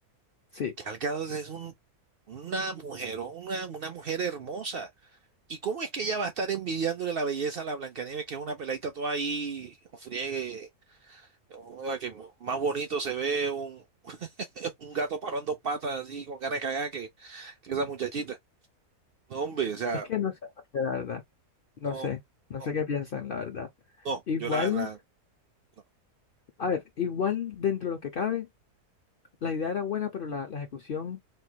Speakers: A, on the left (about 75°); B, on the right (about 65°).
A: sí.
B: Gal Gadot es un, una mujer, una, una mujer hermosa ¿Y cómo es que ella va a estar envidiándole la belleza a la Blancanieves, que es una peladita toda ahí, un friegue, una que más bonito se ve un, <laughs> un gato parado en dos patas, así, con ganas de cagar, que, que esa muchachita? No, hombre, o sea,
A: Es que no sé, no sé, la verdad, no
B: no,
A: sé, no
B: no,
A: sé qué piensan, la verdad.
B: no,
A: Igual.
B: yo la verdad, no.
A: A ver, igual dentro de lo que cabe, la idea era buena, pero la, la ejecución